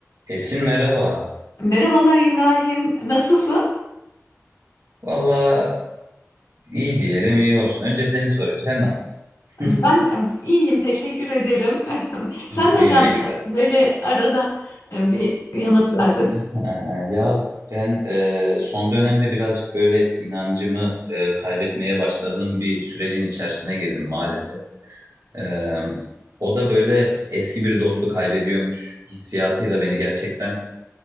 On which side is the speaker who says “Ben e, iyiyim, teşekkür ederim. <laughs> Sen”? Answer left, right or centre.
Left